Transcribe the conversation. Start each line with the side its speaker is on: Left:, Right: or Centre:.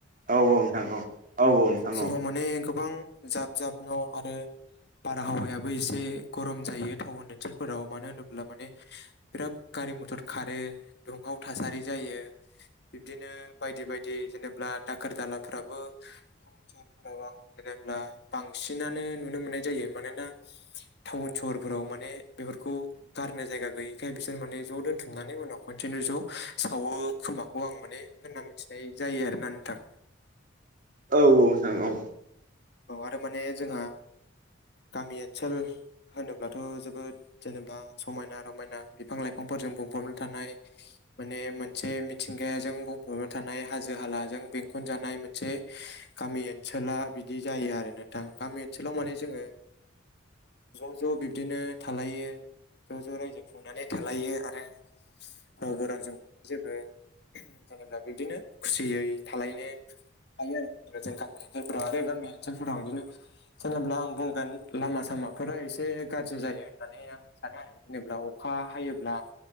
Right: औ औ नोंथां औ औ औ नोंथां
Left: जेराव
Right: औ
Left: माने गोबां जाब जाब न' आरो बारहावायाबो एसे गरम जायो टाउन ओनसोलफोराव मानो होनोब्ला माने बिराद गारि मथर खारो दुंहाव थासारि जायो बिब्दिनो बायदि बायदि जेनेब्ला दाखोर दालाफ्राबो टाउन सहावफोराव आं जेनेब्ला बांसिनानो नुनो मोननाय जायो मानोना टाउन स हर फोराव माने बेफोरखौ गारनो जायगा गैयि बेखाय बिसोर माने ज दोनथुमनानै उनाव खनसेनो ज सावो खोमाखौ आं माने होनना मिथिनाय जायो आरोना नोंथां
Right: औ औ नोंथां औ
Left: औ आरो माने जोंहा गामि ओनसोल होनोब्लाथ जोबोद जेनेबा समायना रमायना बिफां लाइफांफोरजों बुंबबनो थानाय माने मोनसे मिथिंगाजों बुंफबाय थानाय हाजो हालाजों बेंखनजानाय मोनसे गामि ओनसोला बिदि जायो आरो नथां गामि ओनसोलाव माने जोङो ज ज बिब्दिनो थालायो ज ज रायजो खुंनानै थालायो आरो रावबो रावजों जेबो जेनेबा बिदिनो खुसियै थालायनो हाय र्र गान गान फनो <unintelligible> जेनोब्ला आं बुंगोन लामा सामाफोरा एसे गाज्रि जायो होननानै आं सानो आरो जेनेबा अखा अखा हायोब्ला